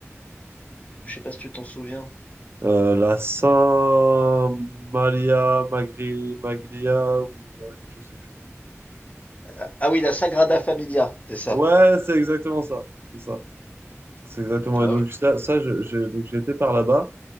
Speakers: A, on the left; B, on the right.
A: je sais pas si tu t'en souviens.
B: Euh, la Saint Maria Magri- Maglia, ou euh, je sais plus.
A: Ah, ah oui, la Sagrada Familia, c'est ça.
B: Ouais, c'est exactement ça. C'est ça. C'est exactement.
A: Ah
B: Et donc
A: oui.
B: ça, ça je- j'ai donc j'ai été par là-bas,